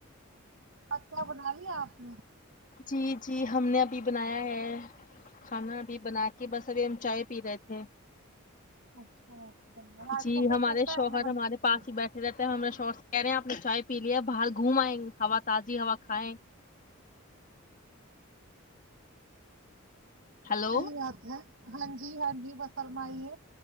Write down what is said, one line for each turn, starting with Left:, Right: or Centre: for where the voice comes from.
Right: آج کیا بنا لیا آپ نے
Left: جی جی ہم نے بھی بنایا ہے کھانا بھی بنا کے بس ابھی ہم چائے پی رہے تھے
Right: اچھا اچھا اور آج
Left: جی
Right: کو کیا
Left: ہمارے
Right: سوچا
Left: شوہر
Right: آپ نے بنانے
Left: ہمارے
Right: کی
Left: پاس ہی بیٹھے رہتے ہیں ہمارے شوہر کہ رہے ہیں آپ نے چائے پی لیا باہر گھوم آئے ہوا تازی ہوا کھائے ہلو
Right: یہی بات ہے ہاں جی ہاں جی بس فرمائیے